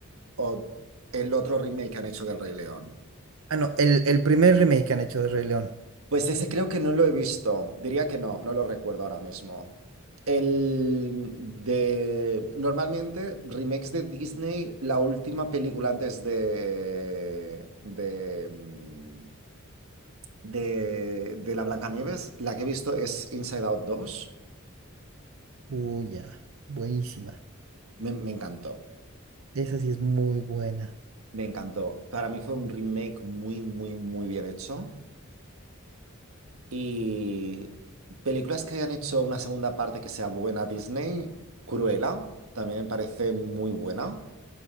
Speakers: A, on the right; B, on the right.
A: o el otro remake que han hecho del Rey León?
B: Ah, no, el, el primer remake que han hecho de Rey León.
A: Pues ese creo que no lo he visto. Diría que no, no lo recuerdo ahora mismo. El de normalmente remakes de Disney, la última película antes de de mm, de, de la Blancanieves, la que he visto es Inside Out dos
B: Uy, ya, buenísima.
A: Me, me encantó,
B: Esa sí es muy buena.
A: me encantó. Para mí fue un remake muy, muy, muy bien hecho. Y películas que hayan hecho una segunda parte que sea buena Disney, Cruella, también me parece muy buena.